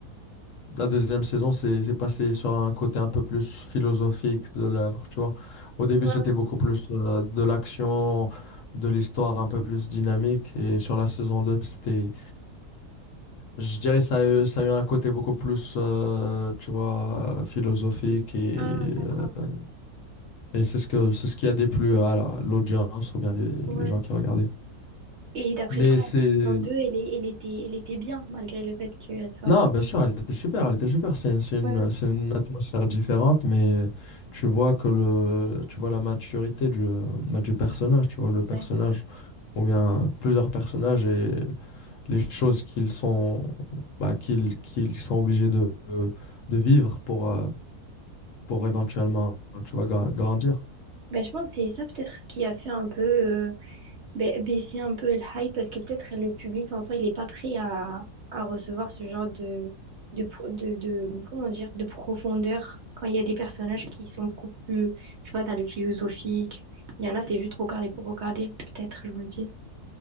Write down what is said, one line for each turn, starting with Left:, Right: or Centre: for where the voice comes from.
Left: la deuxième saison, c'est c'est passé sur un côté un peu plus philosophique de l'œuvre, tu vois. Au début,
Right: Ouais.
Left: c'était beaucoup plus euh, de l'action, de l'histoire un peu plus dynamique et sur la saison 2, c'était je dirais ça a eu, ça a eu un côté beaucoup plus euh, tu vois euh, philosophique et
Right: Ah, d'accord.
Left: euh, et c'est ce que c'est ce qui a déplu à la- l'audience ou bien les,
Right: Ouais.
Left: les gens qui regardaient.
Right: Et d'après
Left: Mais
Right: toi,
Left: c'est...
Right: la saison 2, elle, est- elle était, elle était bien, malgré le fait qu'elle soit...
Left: Non, bien sûr, elle était super, elle était super. C'est une, c'est une,
Right: Ouais, ouais.
Left: c'est une atmosphère différente, mais tu vois que le, tu vois la maturité du, euh, bah, du personnage, tu vois le
Right: ouais.
Left: personnage, ou bien plusieurs personnages et les choses qu'ils sont, bah, qu'ils, qu'ils sont obligés de, de, de vivre pour, euh, pour éventuellement, tu vois, gra- grandir.
Right: Ben, je pense que c'est ça peut-être ce qui a fait un peu... euh, ba- baisser un peu le hype parce que peut-être le public en soi, il n'est pas prêt à, à recevoir ce genre de, de, pro- de, de- comment dire, de profondeur quand il y a des personnages qui sont beaucoup plus, tu vois, dans le philosophique. Il y en a, c'est juste regarder pour regarder, peut-être, je me dis.